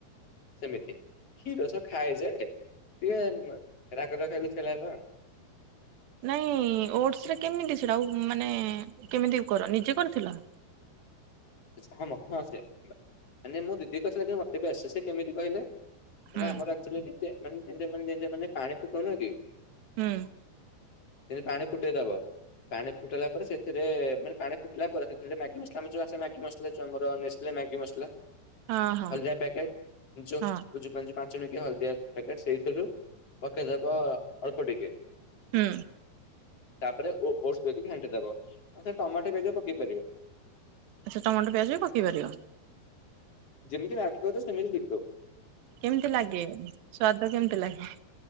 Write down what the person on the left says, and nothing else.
ସେମିତି କ୍ଷୀର ସବ ଖାଏଯାଏ ଟିକେ ରାଗ ଟା ଖାଇବାକୁ ଇଛା ହେଲା ତ।
ହଁ ମତେ ହଁ ସିଏ ଆନେ ମୋ ଦିଦି କରିଥିଲା କି ମତେ ବି ଆସେ ସେ କେମିତି କହିଲେ। ମାନେ
ଆମର ଆକଚୁଆଲି ଯେ ମାନେ ଯେମିତିଆ ମାନେ ଯେମିତି ପାଣି ଫୁଟଉନ କି?
ସେମିତି ପାଣି ଫୁଟେଇ ଦବ। ପାଣି ଫୁଟିଲା ପରେ ସେଥିରେ ମାନେ ପାଣି ଫୁଟିଲା ପରେ ସେତିକି ବେଳେ ମ୍ୟାଗି ମସଲା ଆମେ ଯୋଉ ଆସେ ମ୍ୟାଗି ମସଲା ଯୋଉ ଆମର ନେଷ୍ଟଲେ ମ୍ୟାଗି ମସଲା।
ହଳଦିଆ ପ୍ୟାକେଟ
<unintelligible> ପାଞ୍ଚ ଟଙ୍କିଆ ହଳଦିଆ ପ୍ୟାକେଟ୍ ସେଇଥିରୁ ପକେଇଦବ ଅଳ୍ପ ଟିକେ।
ତାପରେ ଓ ଓଟସକୁ ପକେଇ ଦେଇକି ଘାଣ୍ଟି ଦବ ଆଛା ଟମାଟୋ ବି ପକେଇ ପାରିବ।
ଯେମିତି ମ୍ୟାଗି କରୁଚ ସେମିତି ଡିଟୋ।